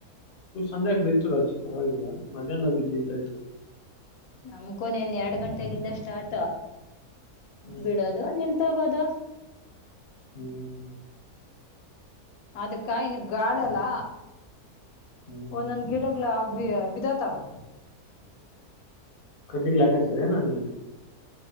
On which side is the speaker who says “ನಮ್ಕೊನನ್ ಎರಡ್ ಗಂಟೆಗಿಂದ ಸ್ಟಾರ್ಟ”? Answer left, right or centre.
Left